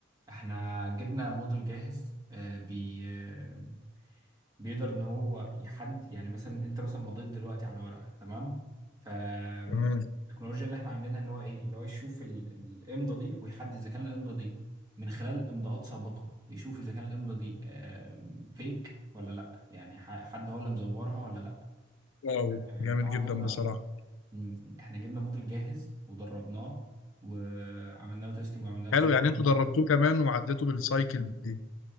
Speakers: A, on the right (about 20°); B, on the left (about 80°).
A: احنا جبنا موديل جاهز آه، بي آه، بيقدر ان هو يحد يعني مثلا انت مثلا مضيت دلوقتي على ورقه تمام فالتكنولوجيا
B: تمام
A: اللي احنا عاملينها ان هو ايه ان هو يشوف ال- الامضه دي ويحدد اذا كان الامضه دي من خلال امضاءات سابقه يشوف اذا كان الامضه دي فيك ولا لا يعني ح- حد هو اللي مزورها ولا لا
B: واو
A: آه،
B: جامد
A: طبعا
B: جدا
A: جبنا
B: بصراحة
A: م- احنا جبنا موديل جاهز ودربناه وعملنا له تيستنج وعملنا له
B: حلو
A: تريننج
B: يعني انتوا دربتوه كمان وعديتوا بالسايكل دي